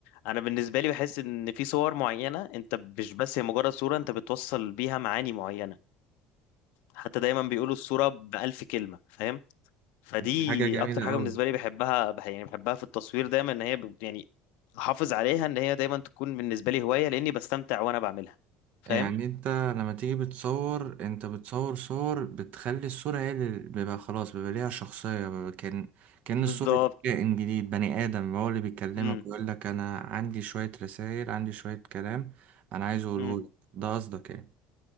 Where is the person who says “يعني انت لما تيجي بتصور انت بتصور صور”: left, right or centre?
Right